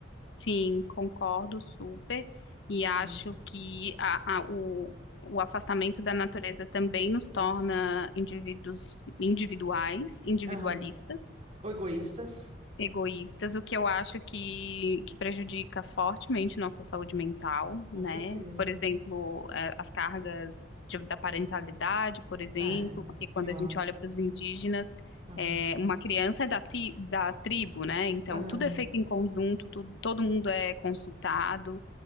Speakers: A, on the left; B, on the right.
A: Sim, concordo super e acho
B: É.
A: que a, a- o, o afastamento da natureza também nos torna indivíduos individuais, individualistas,
B: Aham. Ou Egoístas,
A: egoístas, o que eu acho que, que prejudica fortemente nossa saúde mental, né?
B: com certeza.
A: Por exemplo, eh, as cargas de- da parentalidade, por exemplo,
B: É,
A: porque quando
B: pioram.
A: a gente olha para os indígenas,
B: Aham.
A: eh, uma criança é da, ti- da tribo, né? Então,
B: Aham.
A: tudo é feito em conjunto, tudo, todo mundo é consultado,